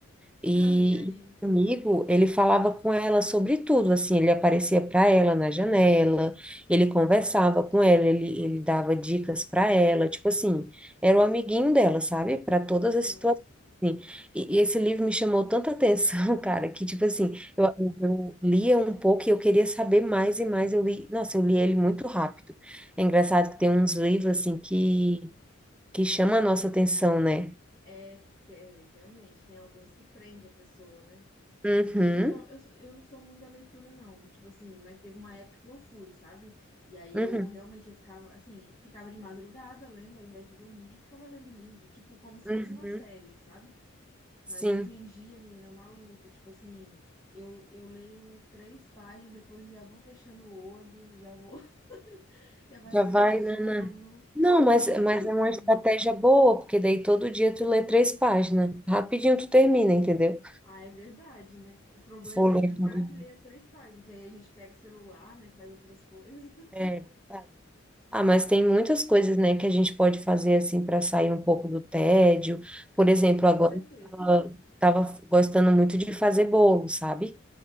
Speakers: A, in the centre; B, on the left (about 20°).
A: E
B: Ah, e aí?
A: esse amigo, ele falava com ela sobre tudo, assim, ele aparecia para ela na janela, ele conversava com ela, ele, ele dava dicas para ela, tipo assim, era o amiguinho dela, sabe? Para todas
B: Aham.
A: as situações. assim. E, e esse livro me chamou tanta atenção, <laughs> cara, que tipo assim, eu, eu lia um pouco e eu queria saber mais e mais. Eu li, nossa, eu li ele muito rápido. É engraçado que tem uns livros assim que que chama a nossa atenção, né?
B: É, é, realmente, tem alguns que prende a pessoa, né?
A: Uhum,
B: Eu não sou, eu, sou- eu não sou muito da leitura, não. Tipo assim, mas teve uma época que eu fui, sabe? E aí
A: uhum,
B: eu realmente eu ficava assim, ficava de madrugada lendo ao invés de dormir e ficava lendo livro, tipo, como se
A: uhum,
B: fosse uma série, sabe? Mas
A: sim,
B: hoje em dia, menina, é uma luta. Tipo assim, eu, eu leio três páginas, depois já vou fechando o olho, já vou, <laughs> já vai
A: já
B: dando
A: vai,
B: um sono,
A: né? né. Não, mas,
B: aí
A: mas
B: <laughs> eu
A: é
B: durmo.
A: uma estratégia boa, porque daí todo dia tu lê três páginas, rapidinho tu termina, entendeu?
B: Ah, é verdade, né? O problema
A: Vou ler
B: é lembrar
A: tudo.
B: de ler as três páginas, que aí a gente pega o celular, né, faz outras coisas.
A: É, Ah, mas tem muitas coisas, né, que a gente pode fazer assim para sair um pouco do tédio.
B: <laughs>
A: Por exemplo,
B: Tem,
A: agora
B: com certeza.
A: eu estava gostando muito de fazer bolo, sabe?